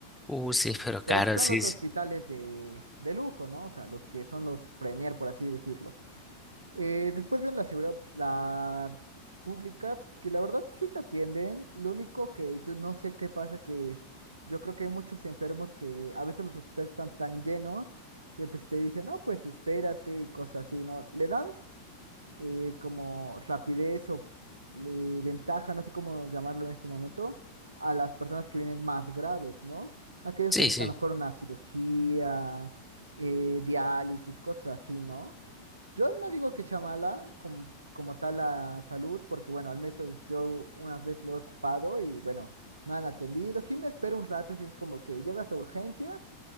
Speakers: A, in the centre; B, on the right.
A: Uh, sí, pero
B: Pero
A: caro,
B: son
A: sí,
B: los
A: sí,
B: hospitales de, de lujo, ¿no? O sea, los que son los premier, por así decirlo. Eh, después viene la seguridad, la pública, que la verdad sí te atienden. Lo único que yo no sé qué pasa, que yo creo que hay muchos enfermos que a veces los hospitales están tan llenos que pues te dicen, no, pues espérate y cosas así, ¿no? Le dan eh, como rapidez o eh, ventaja, no sé cómo llamarlo en este momento, a las personas que vienen más graves, ¿no? Aquellos
A: sí.
B: que necesitan
A: sí.
B: a lo mejor una cirugía, eh, diálisis, cosas así, ¿no? Yo no digo que sea mala como, como tal la salud, porque bueno, al menos yo unas veces lo he ocupado y bueno, me han atendido. Sí me espero un rato, si es como que llegas a urgencias